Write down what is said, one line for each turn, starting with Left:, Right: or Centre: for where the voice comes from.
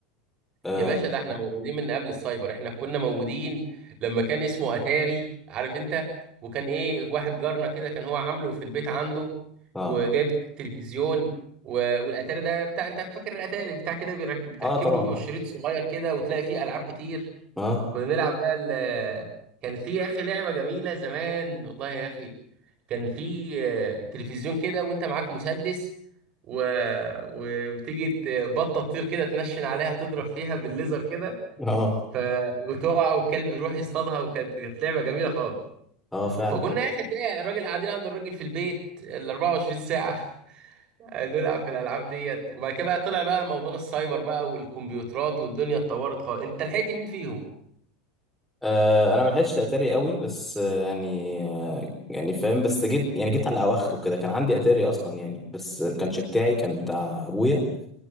Centre: اه
Right: يا باشا ده احنا موجودين من قبل السايبر احنا كنا موجودين لما كان اسمه اتاري عارف انت وكان ايه واحد جارنا كده كان هو عامله في البيت عنده
Centre: اه,
Right: وجايب تلفزيون و- والاتاري ده بتاع انت فاكر الاتاري بتاع كده بيرك- بتركب
Centre: آه طبعا
Right: له
Centre: فاكر.
Right: شريط صغير كده وتلاقي فيه العاب كتير
Centre: اه
Right: كنا نلعب بقى ال كان في يا اخي لعبه جميله زمان والله يا اخي كان في آه، تلفزيون كده وانت معاك مسدس و... و- وتيجي ت- بطه تطير كده تنشن عليها تضرب فيها بالليزر كده
Centre: اه
Right: ف... وتقع والكلب يروح يصطادها وكانت كانت لعبه جميله خالص
Centre: اه فعلا
Right: فكنا يا اخي تلاقي الراجل قاعدين عند الراجل في البيت ال 24 ساعه <laughs> نلعب في الالعاب ديت وبعد كده بقى طلع بقى موضوع السايبر بقى والكمبيوترات والدنيا اتطورت خالص انت لحقت مين فيهم؟
Centre: آه انا ما لحقتش اتاري قوي بس آه يعني آه يعني فاهم بس جيت يعني جيت على اواخره كده كان عندي اتاري اصلا يعني بس ما كانش بتاعي كان بتاع ابويا